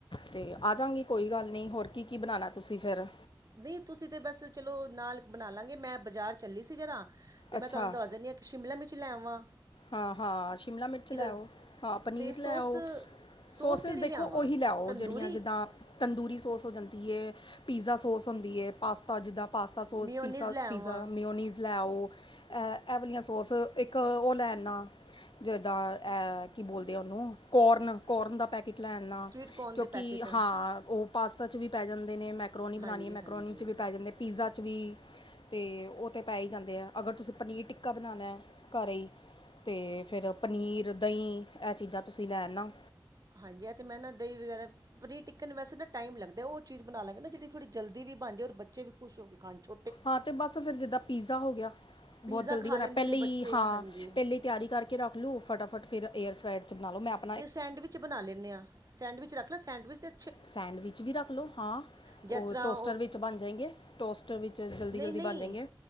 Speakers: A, on the left; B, on the right.
A: ਤੇ ਆ ਜਾਗੀਂ ਕੋਈ ਗੱਲ ਨੀ, ਹੋਰ ਕੀ ਕੀ ਬਣਾਣਾ ਤੁਸੀਂ ਫੇਰ।
B: ਦੀ ਤੁਸੀਂ ਤੇ ਬਸ ਚਲੋ ਨਾਲ ਬਣਾ ਲਾਂਗੇ, ਮੈਂ ਬਾਜ਼ਾਰ ਚੱਲੀ ਸੀ ਜਰਾ ਤੇ ਮੈਂ
A: ਅੱਛਾ
B: ਤੁੁਆਨੂੰ ਦੱਸ ਦਿੰਨੀ ਆ ਸ਼ਿਮਲਾ ਮਿਰਚ ਲੈ ਵਾਂ।
A: ਹਾਂ ਹਾਂ ਸ਼ਿਮਲਾ ਮਿਰਚ ਲੈ ਓ,
B: ਅਤੇ
A: ਹਾਂ ਪਨੀਰ ਲੈ
B: ਸੋਸ
A: ਓ।
B: ਸੋਸ
A: ਸੋਸਿਸ
B: ਕਿਹੜੀ
A: ਦੇਖੋ
B: ਲਿਆਵਾਂ
A: ਓਹੀ ਲੈ ਓ
B: ਤੰਦੂਰੀ
A: ਜੇੜੀਆਂ ਜਿੱਦਾਂ
B: ਅਤੇ
A: ਤੰਦੂਰੀ ਸੋਸ ਹੋ ਜਾਂਦੀ ਏ, ਪੀਜ਼ਾ ਸੋਸ ਹੁੰਦੀ ਏ। ਪਾਸਤਾ ਜਿੱਦਾਂ ਪਾਸਤਾ ਸੌਸ,
B: ਮਿਓਨੀਜ਼
A: ਪੀਸਾ
B: ਲੈ ਆਵਾਂ
A: ਪੀਜ਼ਾ, ਮਿਓਨੀਜ਼ ਲੈ ਓ। ਐ ਐਵਲੀਆਂ ਸੋਰਸ ਇੱਕ ਓ ਲੈ ਨਾ ਜਿਦਾਂ ਐ, ਕੀ ਬੋਲਦੇ ਆ ਓਨੂੰ ਕੋਰਨ ਕੋਰਨ ਦਾ ਪੈਕੇਟ ਲੈਨਾ,
B: ਸਵੀਟ ਕੋਰਨ
A: ਕਿਉਂਕਿ
B: ਦੇ ਪੈਕਟ
A: ਹਾਂ ਓ ਪਾਸਤਾ 'ਚ ਵੀ ਪੈ ਜਾਂਦੇ ਨੇ ਮੈ ਕਰੋਨੀ ਬਣਾਣੀ
B: ਹਾਂਜੀ
A: ਹੈ ਮੈਕਰੋਨੀ
B: ਹਾਂਜੀ
A: ਚ ਵੀ ਪੈ ਜਾਂਦੇ ਪੀਜ਼ਾ 'ਚ ਵੀ, ਅਤੇ ਉਹ ਤੇ ਹੀ ਪੈ ਜਾਂਦੇ ਹੈ, ਅਗਰ ਪਨੀਰ ਟਿੱਕਾ ਬਣਾਣਾ ਘਰ ਹੀ, ਤੇ, ਫਿਰ ਪਨੀਰ ਦਹੀਂ ਇਹ ਚੀਜ਼ਾਂ ਤੁਸੀਂ ਲੈਣ ਅਣਾ
B: ਹਾਂਜੀ ਹੈ ਤੇ ਮੈਂ ਨਾ ਦਹੀਂ ਵਗੈਰਾ ਪਨੀਰ ਟਿਕਣ ਨੂੰ ਵੈਸੇ ਨਾ ਟਾਈਮ ਲੱਗਦਾ ਉਹ ਚੀਜ਼ ਬਣਾ ਲਾਂਗੇ ਜਿੜੀ ਥੋੜ੍ਹੀ ਜਲਦੀ ਵੀ ਬਣ ਜਾ ਔਰ ਬੱਚੇ ਵੀ ਖੁਸ਼ ਹੋ ਕੇ ਖਾਣ ਛ
A: ਹਾਂ ਤੇ ਬਸ ਫਿਰ ਜਿੱਦਾਂ ਪੀਜ਼ਾ ਹੋ ਗਿਆ
B: ਪੀਜ਼ਾ
A: ਬਹੁਤ ਜਲਦੀ
B: ਖਾ
A: ਬਣਾਇਆ
B: ਲੈਂਦੇ
A: ਪਹਿਲੇ
B: ਨੇ
A: ਹੀ
B: ਬੱਚੇ
A: ਹਾਂ
B: ਹਾਂਜੀ
A: ਪਹਿਲੇ ਤਿਆਰੀ ਕਰਕੇ ਰੱਖ ਦੋ ਫਟਾਫਟ ਫਿਰ ਏਅਰ ਫਲਾਈਰ ਪਾ ਲੌ ਮੈ ਅਪੇ
B: ਅਤੇ ਸੈਂਡਵਿਚ ਬਣਾ ਲੈਂਦੇ ਹਾਂ ਸੈਂਡਵਿਚ ਰੱਖ ਲਓ ਸੈਂਡਵਿਚ ਤੇ
A: ਸੈਂਡਵਿਚ ਵੀ ਰੱਖ ਲਓ ਹਾਂ
B: ਜਿਸ
A: ਉਹ
B: ਤਰ੍ਹਾਂ
A: ਟੋਸਟਰ ਵਿੱਚ ਬਣ ਜਾਏਗੇ ਟੋਸਟਰ ਵਿੱਚ ਜਲਦੀ
B: ਨਹੀਂ
A: ਜਲਦੀ
B: ਨਹੀਂ
A: ਬਣ ਜਾਏਗੇ